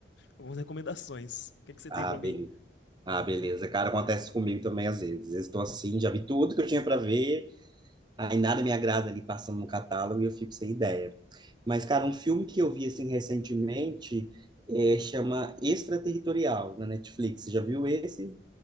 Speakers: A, on the left; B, on the right.
A: algumas recomendações. O que é que você
B: Ah,
A: tem pra mim?
B: beleza. Ah, beleza. Cara, acontece comigo também às vezes. Às vezes estou assim, já vi tudo que eu tinha para ver, aí nada me agrada ali passando no catálogo e eu fico sem ideia. Mas, cara, um filme que eu vi assim recentemente é, chama Extraterritorial, na Netflix. Você já viu esse?